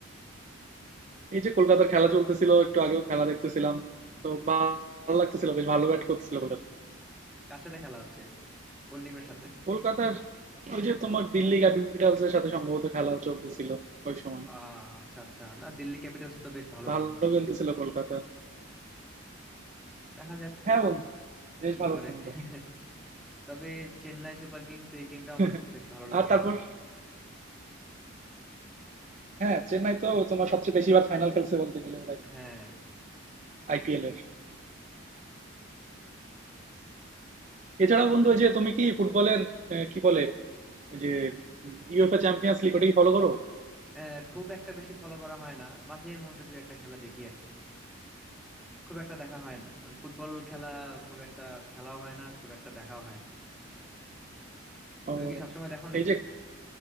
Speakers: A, on the right (about 35°); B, in the centre.
A: এই যে কলকাতার খেলা চলতেছিল একটু আগেও খেলা দেখতেছিলাম তো ভালো লাগতেছিল বেশ ভালো ব্যাট করতেছিল কলকাতা
B: কার সাথে খেলা হচ্ছে কোন টিমের সাথে
A: কলকাতার ওই যে তোমার দিল্লি ক্যাপিটালস এর সাথে সম্ভবত খেলা চলতেছিল ওই সময়
B: আহ আচ্ছা আচ্ছা না দিল্লি ক্যাপিটালস তো বেশ ভালো
A: ভালো
B: টিম
A: খেলতেছিল কলকাতা
B: দেখা যাক
A: হ্যাঁ বন্ধু বেশ
B: কি
A: ভালো
B: করে
A: টিম
B: <laughs>
A: এবার
B: তবে চেন্নাই সুপার কিংস এই টিমটা আমার
A: <laughs>
B: খুব বেশ ভালো লাগে
A: আর তারপর
B: আর কি
A: হ্যাঁ চেন্নাই তো তোমার সবচেয়ে বেশি বার ফাইনাল খেলছে বলতে গেলে ওরাই
B: হ্যাঁ
A: আইপিএল এর এছাড়া বন্ধু ওই যে তুমি কি ফুটবলের আহ, কি বলে ওই যে ইউএফএ চ্যাম্পিয়ন্স লিগ ওটা কি ফলো করো
B: আহ, খুব একটা বেশি ফলো করা হয় না মাঝে মধ্যে দুই একটা খেলা দেখি আর কি খুব একটা দেখা হয় না মানে ফুটবল খেলা খুব একটা খেলাও হয় না খুব একটা দেখাও হয় না
A: ও,
B: তুমি কি সবসময় দেখো নাকি
A: এই যে